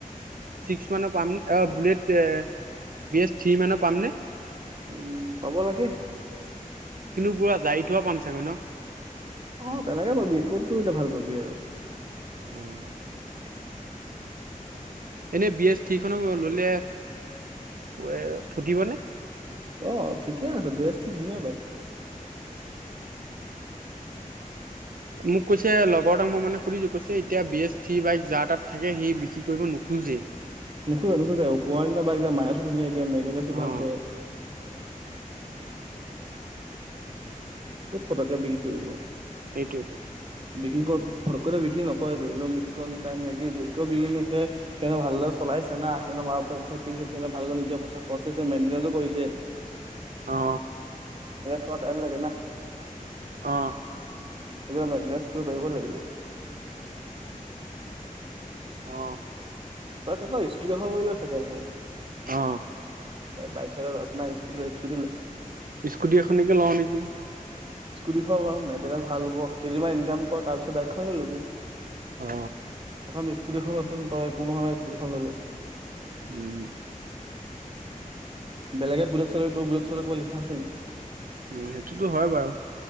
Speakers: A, on the right (about 80°); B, on the right (about 40°).
A: six মানৰ পাম অ বুলেট বি এ ছিক্স থি মানৰ পামনে।
B: উম পাব লাগে।
A: কিন্তু পুৰা যায় থোৱা পাম চাগৈ ন।
B: অ তেনেকে পাবি ক'ততো এতিয়া ভাল পাবি আৰু
A: উম। এনেই বি এছ থি খনক ললে এ এ ফুটিবনে।
B: আহ ঠিকে আছে বি এচ থি ধুনীয়া বাইক।
A: মোক কৈছে লগৰ তাক মই মানে সুধিছো কৈছে এতিয়া বি এ থি বাইক যা তাত থাকে। সি বিক্ৰী কৰিব নোখোজে
B: নোখোজা নোখোজো উপহৰণ্য বাই যায় মায়ছো ধুনীয়া দিয়া মেলমাছো
A: অ
B: ভালকৈ। ক'ত পতকে বিক্ৰী কৰিব।
A: সেইটোৱে টো।
B: বিক্ৰী কৰ ফটকৈ বিক্ৰী নকয় বিক্ৰী কৰতে টাইম লাগি বিকে সেইদিনে ভালদৰে চলাইছে ন সেইদিনৰ মাৰ পইচা কিনিছে সেই ভালকৈ নিজে পইচা খৰচ কৰিছে মেইনটেনেঞ্চো কৰিছে।
A: অ
B: পোৰা টাইম লাগে না।
A: অ
B: এইবিলাক মাইনেছটো পাৰিব লাগিব।
A: অ।
B: তাকে ত স্কুটি এখন লৈল ছেকেণ্ড হেণ্ড।
A: অ
B: এ বাইশ। আপনাৰ স্কুটি স্কুটি ল।
A: স্কুটি এখনকে লওঁ নেকি
B: স্কুটিখন ল মেইনটেনেন্সত ভাল হ'ব কেইদিনমান ইনকাম কৰ তাৰপিছত বাইকখন লৈ ল'বি।
A: অ।
B: প্ৰথম স্কুটিখন ৰচোন তই কোন হয় স্কুটীখন লৈ ল।
A: উম
B: বেলেগে বুলেট চলাব টো বুলেট চলাব কবাত লিখা আছে নি।
A: ওম সেইটোতো হয় বাৰু।